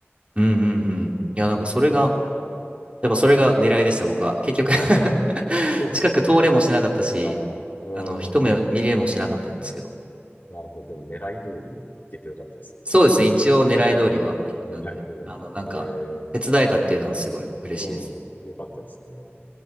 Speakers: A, on the right; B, on the left.
A: うんうんうん。
B: うー
A: いや、
B: ん。
A: なんかそれが、やっぱそれが狙いでした、僕は。結局
B: <laughs>
A: <laughs>
B: そうですね。
A: 近く通れもしなかったし、
B: はい。
A: あの、一目見れもしなかったんですけど。
B: うん。なるほど。でも狙い通り行けてよかったですね。
A: そうですね。一応狙い通りはいけたんで、
B: ええ。狙い通り。
A: あの、なんか、
B: へえ。
A: 手伝えたっていうのはすごい嬉しいですね。
B: うん。よかったですね。